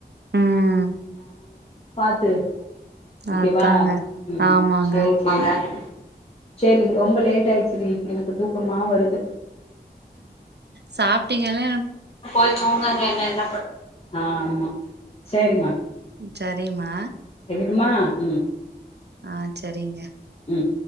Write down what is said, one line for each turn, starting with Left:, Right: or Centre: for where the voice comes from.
Right: ம்
Left: பாத்து ஓகேவா
Right: அதாங்க
Left: ம்
Right: ஆமாங்க
Left: சேரி சேரி சேரி ரொம்ப லேட் ஆயிடுச்சு டி எனக்கு தூக்கமா வருது
Right: சாப்பிட்டீங்கல்ல
Left: போய் தூங்குங்க என்ன என்ன பண்ண சேரிமா
Right: சரிம்மா
Left: விடுமா ம்
Right: ஆ சரிங்க
Left: ம்